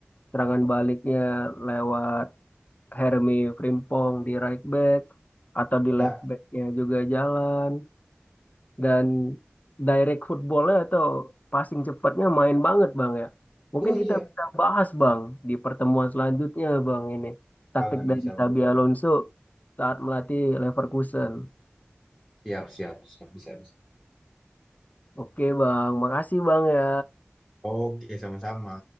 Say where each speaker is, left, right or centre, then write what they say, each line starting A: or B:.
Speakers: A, on the left; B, on the left.
A: Serangan baliknya lewat Hermi Frimpong di right back atau di
B: ya.
A: left backnya juga jalan. dan direct footballnya atau passing cepatnya main banget bang ya. Mungkin
B: Oh iya,
A: kita bisa bahas bang di pertemuan selanjutnya bang ini taktik
B: banget
A: dari
B: bisa
A: Xabi
B: Bang.
A: Alonso saat melatih Leverkusen.
B: Siap, siap, siap, bisa, bisa.
A: Oke bang, makasih bang ya.
B: Oke, sama-sama.